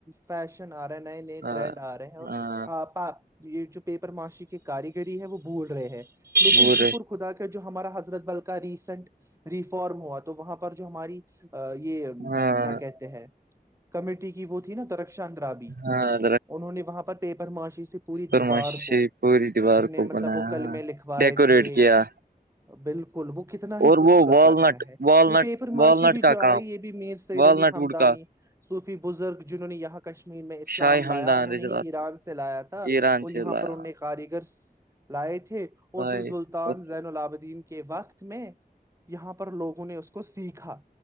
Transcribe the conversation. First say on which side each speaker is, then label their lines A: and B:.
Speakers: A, on the right (about 20°); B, on the right (about 70°).
A: فیشن آ رہا نئے نئے
B: ہاں
A: ٹرینڈ آ رہے ہیں اور
B: ہاں
A: پ یہ جو پیپر معاشی کی کاریگری ہے وہ بول رہے ہیں لیکن
B: بورے
A: شکر خدا کا جو ہمارا حضرت بل کا ریسینٹ ریفارم ہوا تو وہاں پر جو ہماری یہ
B: ہاں
A: کیا کہتے ہیں کمیٹی کی وہ تھی نا ترکشانند راابی
B: ہاںر
A: انہوں نے وہاں پر پیپر معاشی سے پوری دیوار
B: ماشی سے
A: کو
B: پوری دیوار
A: ان نے
B: کو بنایا
A: مطلب وہ قلمے لکھوائے
B: ڈیکوریٹ
A: تھے
B: کیا
A: بالکل وہ کتنا ہی
B: اور
A: خوبصورت
B: وہ والنٹ
A: لگ رہا ہے
B: والنٹ
A: یہ پیپر ماشی
B: والنٹ
A: بھی
B: کا
A: جو آئی
B: کام
A: یہ بھی میر سعید
B: والنٹ
A: علی ہممدانی
B: ووڈ کا
A: صوفی بزرگ جنہوں نے یہاں کشمیر میں اسلام
B: شاہ ہممدان
A: لایا انہوں
B: رض
A: نے ہی ایران سے لایا تھا
B: ایران
A: اور
B: سے
A: یہاں
B: لایا
A: پر ان نے کاریگر لائے تھے اور
B: لائے
A: پھر سلطان
B: اور
A: زین اللاعبدین کے وقت میں یہاں پر لوگوں نے اس کو سیکھا